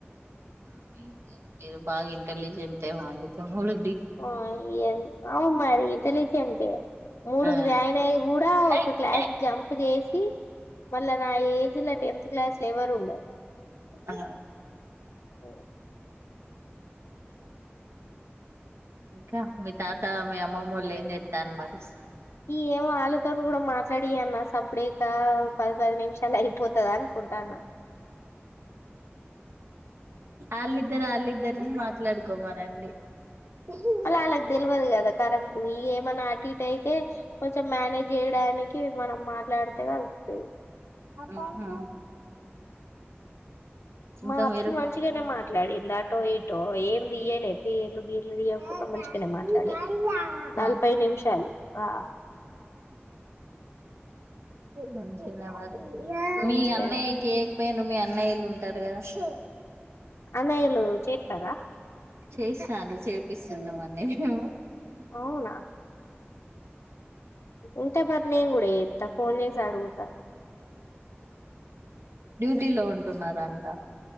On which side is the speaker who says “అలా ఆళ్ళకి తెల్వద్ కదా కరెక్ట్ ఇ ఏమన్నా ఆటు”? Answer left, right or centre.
Left